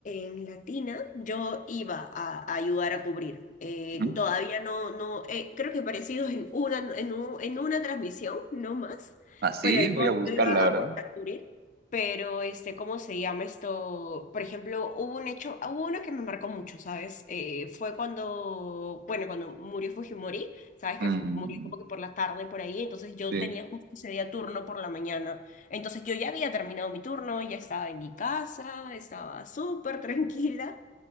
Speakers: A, on the left; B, on the right.
A: en Latina, yo iba a, a ayudar a cubrir. Eh,
B: ¿Mm?
A: todavía no, no, eh, creo que parecido en una, en un- en una transmisión, no más,
B: Así
A: pero yo,
B: voy a buscar,
A: yo iba
B: la
A: a
B: verdad.
A: aportar a cubrir. Pero, este, ¿cómo se llama esto? Por ejemplo, hubo un hecho, hubo uno que me marcó mucho, ¿sabes? Eh, fue cuando, bueno, cuando murió Fujimori, ¿sabes? Que
B: Mm,
A: murió como que por la tarde, por ahí, entonces yo
B: sí,
A: tenía justo ese día turno por la mañana. Entonces yo ya había terminado mi turno, ya estaba en mi casa, estaba súper tranquila